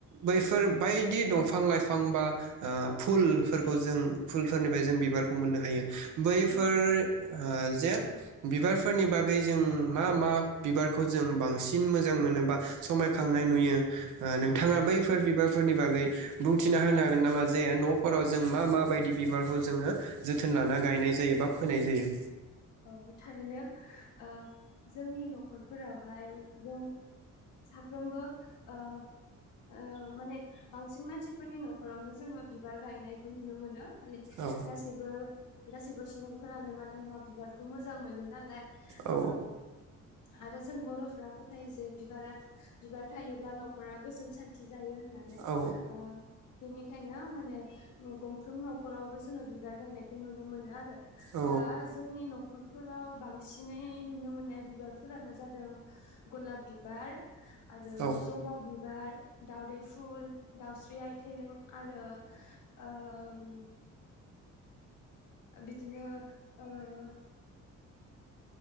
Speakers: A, on the right; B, on the left.
A: बैफोर बायदि दंफां लाइफां बा ओ फुलफोरखौ जों फुलफोरनिफ्राय जों बिबारखौ मोननो हायो बैफोर
B: औ
A: ओ जे बिबारफोरनि बागै जों मा मा बिबारखौ जों बांसिन मोजां मोनो बा समायखांनाय नुयो ओ नोंथाङा बैफोर बिबारफोरनि बागै बुंथिना होनो हागोन नामा जे न' खराव जों मा मााबायदि बिबारखौ जोङो जोथोन लाना गायनाय जायो बा फोनाय जायो।
B: औ थारैनो ओ जोंनि न'खरफोरावहाय जों साफ्रोमबो ओ ओ माने बांसिन मानसिफोरनि न'खरावनो जोङो बिबार गायनायखौ नुनो मोनो। माने
A: औ
B: गासैबो गासैबो सुबुंफोरानो मानो होमबा बि बारखौ मोजां मोनोना लाय
A: औ
B: ओ आरो जों बर'फोरा फोथायो जे बिबारा बिबार थायोब्ला न'खरा गोजोन सान्थि जायो होननानै
A: औ
B: ओ बेनिखायनो माने गंफ्रोम न'खरावबो जोङो बिबार गायनायखौ नुनो मोनो आरो
A: औ
B: दा आंनि न'खरफोराव बांसिनै नुनो मोननाय बिबारफोरानो जादों गलाब बिबार आरो
A: औ
B: जबा बिबार दाउदै फुल दाउस्रि आथिं आरो ओ उम बिदिनो ओ